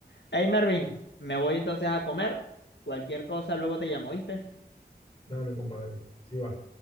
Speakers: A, on the left (about 85°); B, on the left (about 30°).
A: Hey, Mervin, me voy entonces a comer. Cualquier cosa, luego te llamo, ¿viste?
B: Dale, compadre. Si va.